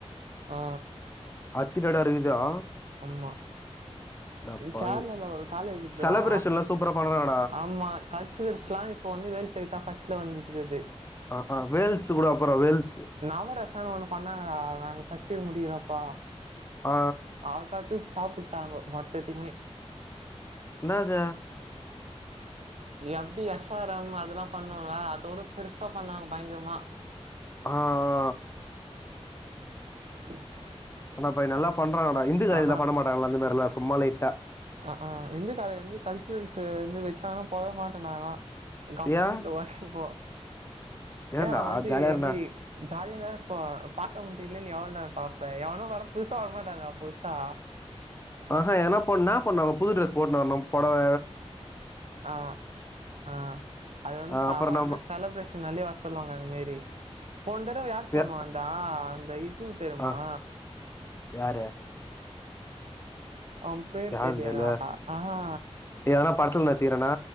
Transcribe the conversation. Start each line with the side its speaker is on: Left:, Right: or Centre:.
Right: ஆ
Left: அத்திலரடருங்குதா
Right: ஆமா
Left: அடப்பாவி!
Right: கேரளால ஒரு காலேஜு இக்குதுரா
Left: செலப்ரேஷன்லாம் சூப்பரா பண்ணுறாங்க
Right: ஆமா கல்ச்சுரல்ஸ்ல்லா இப்ப வந்து வேல்டெக்கு தா ஃப்ஸ்ட்ல வந்திட்டுருக்குது
Left: ஆ ஆ வேல்ஸ் கூட அப்பறொ வேல்ஸ்
Right: நவரசம் ஒண்ணு பண்ணாங்கடா நாங்க ஃபர்ஸ்ட் இயர் முடிக்கிறப்பா
Left: ஆ
Right: அவ்ல்தா தூக்கி சாப்புட்டாங்கோ மொத்தத்தையுமே
Left: என்னாத
Right: எப்டி எஸ் ஆர் எம் அதெல்லா பண்ணுல அதோட பெருசா பண்ணாங்க பயங்கரமா
Left: ஆ
Right: <inaudible>
Left: ஆனாப்ப நல்லா பண்றாங்கடா இந்து காலேஜ்ல
Right: ஆ
Left: பண்ணமாட்டாங்கள அந்த மாரிலா சும்மா லைட்டா
Right: அ ஆ இந்து காலேஜ்ல வந்து கல்ச்சுரல்ஸ் வந்து வச்சாங்கன்னா போகவே மாட்ட நால்லா கம்முன்னு
Left: ஏன்?
Right: வீட்ல உக்காசுப்போ டேய்
Left: ஏன்டா
Right: அவ வந்து
Left: ஜாலியா
Right: எப்டி
Left: இருடா.
Right: ஜாலியா தா இருக்கூ பாத்த முஞ்சிங்கலே நீ எவ்ளோ நேரொ தான் பாப்பே எவனும் வர புதுசா வரமாட்டா புதுசா
Left: ஆஹா என்னா பண்ணு என்னா பண்ணுவாங்க புது ட்ரெஸ் போட்டு வரணு பொடவ
Right: ஆ ஆ அது வந்து
Left: ஆ
Right: சாதாரன
Left: அப்புறம் நம்ம
Right: செலப்ரேஷன் நாள்லயே வர சொல்லுவாங்க அந்த மாரி போன தடவ யார் தெரிமா
Left: எ
Right: வந்தா அந்த இத்து தெரியமா
Left: ஆ யாரு
Right: அவ பேர்
Left: யாருன்னு
Right: தெரிலியேடா
Left: தெர்ல.
Right: அஹா
Left: எதனா படத்துல நட்ச்சிருக்கேனா